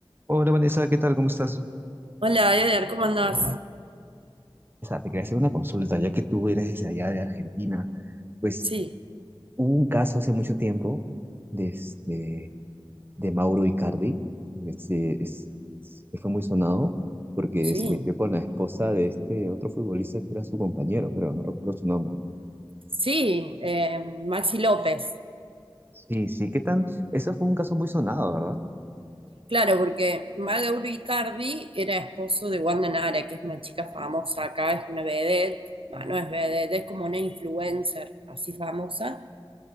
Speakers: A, on the right (about 25°); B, on the right (about 75°).
A: Hola Vanessa, ¿qué tal? ¿Cómo estás?
B: Hola, Eder, ¿cómo andás?
A: O sea, te quería hacer una consulta, ya que tú eres desde allá de Argentina. Pues
B: Sí,
A: hubo un caso hace mucho tiempo de, este, de Mauro Icardi, que se- es- que fue muy sonado porque
B: sí,
A: se metió con la esposa de este otro futbolista que era su compañero, pero no recuerdo su nombre.
B: sí, eh, Maxi López.
A: Sí, sí, ¿qué tan? Eso fue un caso muy sonado, ¿verdad?
B: Claro, porque Maga Icardi era esposo de Wanda Nara, que es una chica famosa acá, es una vedette. Bah, no es vedette, es como una influencer así famosa.